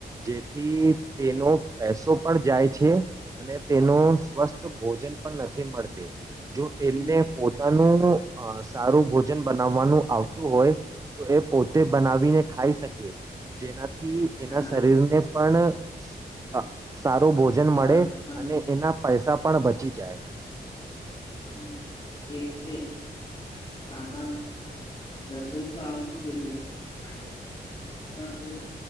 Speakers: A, on the right; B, on the left.
A: જેથી તેનો પૈસો પણ જાય છે, અને તેનો સ્વસ્થ ભોજન પણ નથી મળતી. જો એમને
B: હમ
A: પોતાનું સારું ભોજન બનાવવાનું આવ વતુ હોય તો એ પોતે બનાવીને ખાઈ શકે જેના થી એના
B: હા
A: શરીર ને પણ હા સારું ભોજન
B: બસ
A: મળે
B: હા
A: અને એના પૈસા પણ બચી જાય
B: હમ. એટલે ખાણા રસોઈ તો આવું જ જોઈએ બનાવવા માટે પણ બો